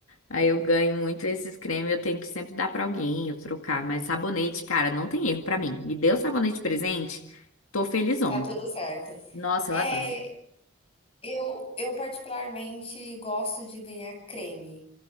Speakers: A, on the left; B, on the left.
A: Aí eu ganho muito esses cremes, eu tenho que sempre dar pra alguém, eu trocar. Mas sabonete, cara, não tem erro pra mim. Me deu sabonete de presente, tô felizona.
B: tá tudo certo.
A: Nossa,
B: É,
A: eu adoro.
B: eu, eu particularmente gosto de ganhar creme,